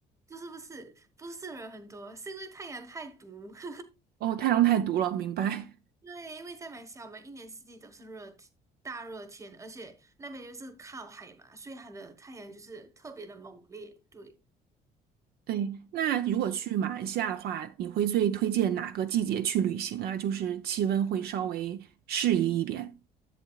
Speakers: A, on the right; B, on the right.
A: 不是不是不是人很多，是因为太阳太毒。<laughs>
B: 哦，太阳太毒了，明白。
A: 对，因为在马来西亚，我们一年四季都是热天大热天，而且那边就是靠海嘛，所以它的太阳就是特别的猛烈。对，
B: <laughs> 对，那如果去马来西亚的话，你会最推荐哪个季节去旅行啊？就是气温会稍微适宜一点。